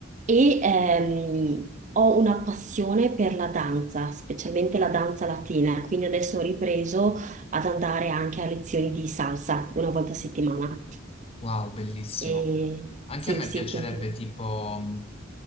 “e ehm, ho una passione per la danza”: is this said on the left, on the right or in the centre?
Right